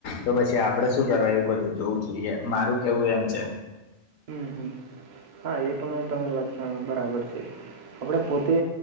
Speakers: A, on the left; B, on the right.
A: તો પછી અપ આપડે શું કરવા, એવું બધું જોવું જોઈએ. મારું કેવું એમ છે.
B: હમ હમ, હા, એ પણ તારી વાત બરાબર છે. આપણે પોતે,